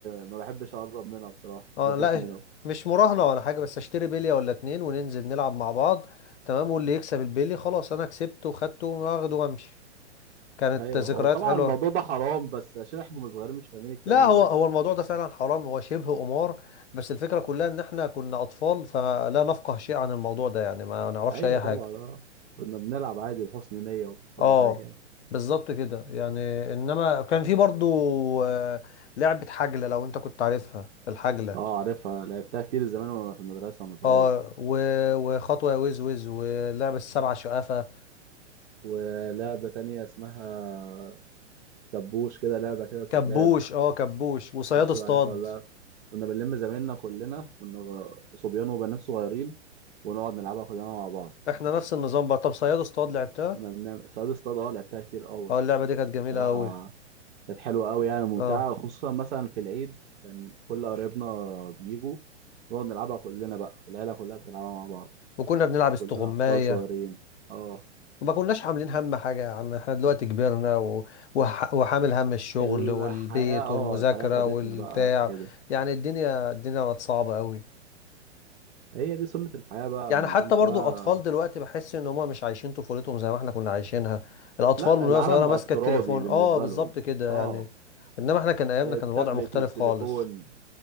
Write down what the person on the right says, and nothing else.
ما بحبش اقرب منها بصراحة
كنت بخاف
منهم
ايوه
هو طبعا
الموضوع ده حرام بس عشان احنا كنا صغيرين مش فاهمين الكلام
ده
ايوه
طبعا اه كنا بنلعب عادي بحسن نية وكل
حاجة يعني
اه عارفها لعبتها كتير زمان وانا في المدرسة وانا صغير
ولعبة تانية اسمها كبوش كده لعبة كده بتتلعب
معرفش تبقى
عارفها ولا لا كنا بنلم زمايلنا كلنا كنا صبيان وبنات صغيرين ونقعد نلعبها كلنا مع بعض
كنا بنعمل صياد اصطاد اه لعبتها كتير قوي
بصراحة
كانت حلوة أوي يعني ممتعة
خصوصا مثلا في العيد كان كل قرايبنا بيجوا نقعد نلعبها كلنا بقى العيلة كلها بتلعبها مع بعض
كلنا أطفال صغيرين اه
الحياة
اه
الحياة خدتنا
بقى وكده
هي دي سنة الحياة بقى
يعني
انت
بقى
لا
العالم
بقى
افتراضي
بالنسبة
لهم
اه
التابلت
والتليفون